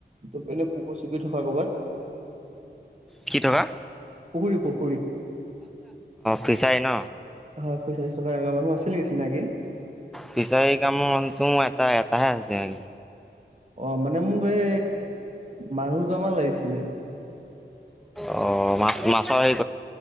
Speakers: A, on the right; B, in the centre.
A: তো এনে পুখুৰী চুখুৰী থকা ক'ৰবাত।
B: কি টকা
A: পুখুৰী পুখুৰীত
B: কছাই ন
A: হয় খুই চাইজ থকা এনেকুৱা মানুহ আছিল নেকি চিনাকি?
B: ফ্ৰিছাৰি কামত তোমা তাৰ এটাহে হৈছে মানে
A: অ' মানে মোক এই মানুহ দুটামান লাগিছিলে।
B: অ মাছ মাছৰ সেই